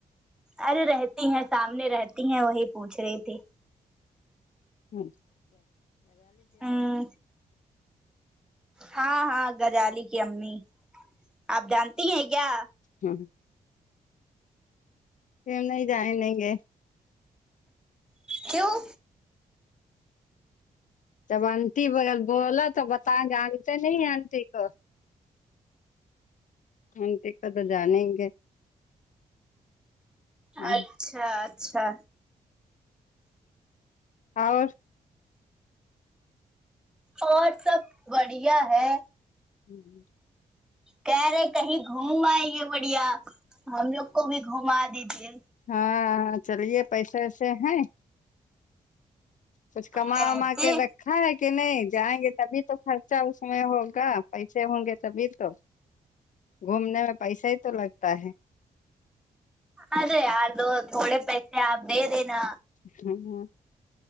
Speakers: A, in the centre; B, on the left (about 55°).
A: ارے رہتی ہیں سامنے رہتی ہیں وہی پوچھ رہی تھی
B: ہوں
A: ہوں ہاں ہاں گجالی کی امی آپ جانتی ہے کیا
B: ہوں پھ ہم نہیں جائیں لیں گے
A: کیوں
B: جب آنٹی بیر بولا تو بتائیں جانتے نہیں آنٹی کو اونتے کو تو جانیں گے ہاں
A: اچھا اچھا
B: اور
A: اور سب بڑھیا ہے
B: ہوں ہوں
A: کہہ رہے کہیں گھوم آئی ہے بڑھیا ہم لوگ کو بھی گھما دیجے
B: ہاں ہاں چلیے پیسے ویسے ہیں کچھ کما
A: کیسے
B: وما کے رکھ کھایا کہ نہیں جائیں گے تبھی تو خرچہ اس میں ہوگا پیسے ہوں گے تبھی تو گھومنے میں پیسہ ہی تو لگتا ہے
A: ارے یار دو تھوڑے پیسے اپ دے دینا
B: ہاں ہ